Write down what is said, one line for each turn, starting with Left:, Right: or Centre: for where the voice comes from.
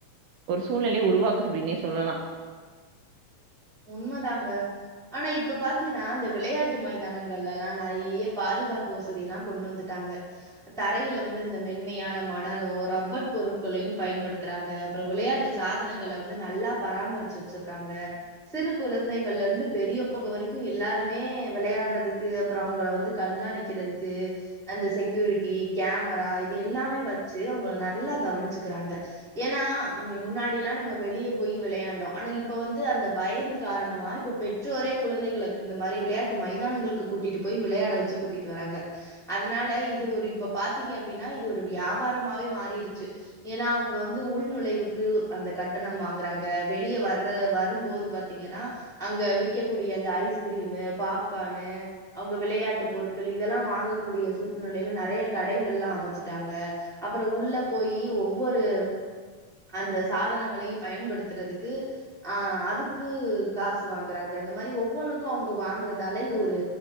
Right: ஒரு சூழ்நிலைய உருவாக்குது அப்டினே சொல்லலா
Centre: உண்மதாங்க ஆனா இப்ப பாத்தீங்கன்னா இந்த விளையாட்டு மைதானங்கள்லல்லா நெறைய பாதுகாப்பு வசதிலா கொண்டு வந்து டாங்க தரையில வந்து இந்த மென்மையான மணலு ரப்பர் பொருட்களையு பயன்படுத்துறாங்க அப்பறோ விளையாட்டு சாதனங்கல வந்து நல்லா பராமருச்சு வச்சுருக்காங்க சிறு குழந்தைகள்ல இருந்து பெரியவுங்க வரைக்கு எல்லாருமே விளையாட்றதுக்கு அப்பறோ அவுங்கள வந்து கண்காணிக்கிறதுக்கு அந்த செக்யூரிட்டி கேமரா இது எல்லாமே வச்சு அவுங்கள நல்லா கவனிச்சுக்குறாங்க ஏனா மீ முன்னாடி எல்லா நம்ம வெளிய போயி விளையாண்டோ ஆனா இப்ப வந்து அந்த பயன் காரணமா இப்ப பெற்றோரே குழந்தைகள இந்த மாரி விளையாட்டு மைதானங்களுக்கு கூட்டிட்டு போய் விளையாட வச்சு கூட்டிட்டு வராங்க அதுனால இது ஒரு இப்ப பாத்தீங்க அப்டினா இது ஒரு வியாபாரமாவே மாறிருச்சு ஏனா அவுங்க வந்து உள் நுழைவுக்கு அந்த கட்டணம் வாங்குறாங்க வெளிய வர்ற வரும்போது பாத்தீங்கனா அங்க விக்கக்கூடிய அந்த ஐஸ்கிரீமு பாப்கானு அவுங்க விளையாட்டு பொருட்கள் இதெல்லா வாங்ககூடிய சூழ்நிலைல நெறைய கடைகள்லா அமச்சுட்டாங்க அப்பறோ உள்ள போயி ஒவ்வொரு அந்த சாதனங்களையு பயன்படுத்துறதுக்கு ஆ அதுக் கு காசு வாங்குறாங்க இந்த மாரி ஒவ்வொனுக்கு அவுங்க வாங்கறதால இது ஒரு